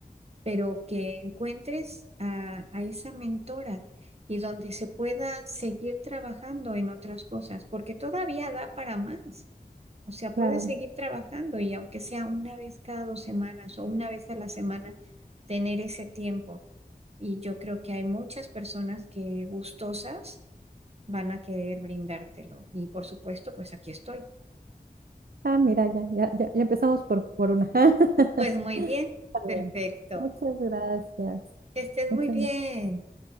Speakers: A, on the right; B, on the right.
A: pero que encuentres a, a esa mentora y donde se pueda seguir trabajando en otras cosas, porque todavía da para más. O sea, puedes
B: Claro.
A: seguir trabajando y aunque sea una vez cada dos semanas o una vez a la semana, tener ese tiempo. Y yo creo que hay muchas personas que gustosas van a querer brindártelo. Y por supuesto, pues aquí estoy.
B: Ah, mira, ya, ya, ya, ya empezamos por, por una. <laughs>
A: Pues
B: Está
A: muy bien,
B: bien.
A: perfecto.
B: Muchas gracias.
A: Que estés muy
B: Muchas
A: bien.